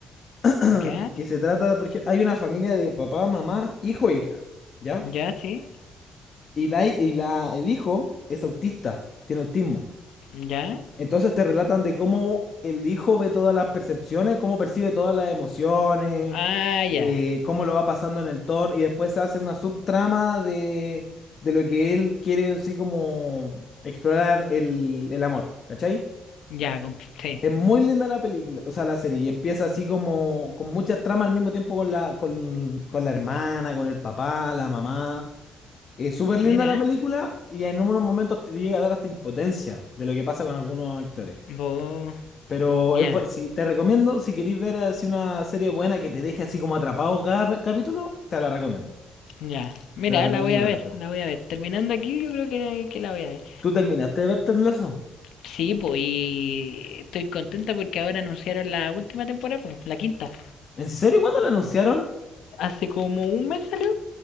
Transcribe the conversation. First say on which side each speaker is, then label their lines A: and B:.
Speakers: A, on the left; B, on the left.
A: <clears throat>
B: ¿Eh? ¿Ya?
A: que se trata, de, por ejemplo, hay una familia de papá, mamá, hijo e hija, ¿ya?
B: ¿Ya? ¿Sí?
A: Y la, y la, el hijo es autista, tiene autismo.
B: ¿Ya?
A: Entonces te relatan de cómo el hijo ve todas las percepciones, cómo percibe todas las emociones
B: Ah, ya.
A: eh, cómo lo va pasando en el tono, y después se hace una subtrama de, de lo que él quiere, así como explorar el, el amor, ¿cachai?
B: Ya, comp- sí.
A: Es muy linda la película, o sea, la serie, y empieza así como con muchas tramas al mismo tiempo con la, con, con la hermana, con el papá, la mamá. Es súper linda
B: Mira.
A: la película y en unos momentos te llega a dar hasta impotencia de lo que pasa con algunos actores.
B: Vos.
A: Pero
B: Ya.
A: es, bu- si, te recomiendo, si queréis ver así una serie buena que te deje así como atrapado cada pe- capítulo, te la recomiendo.
B: Ya. Mira,
A: Te la recomiendo
B: la voy a
A: harto.
B: ver. La voy a ver. Terminando aquí, yo creo que, que la voy a ver.
A: ¿Tú terminaste de ver Ted Lasso?
B: Sí, pues, y estoy contenta porque ahora anunciaron la última temporada, pues, la quinta.
A: ¿En serio cuándo lo anunciaron?
B: Hace como un mes salió.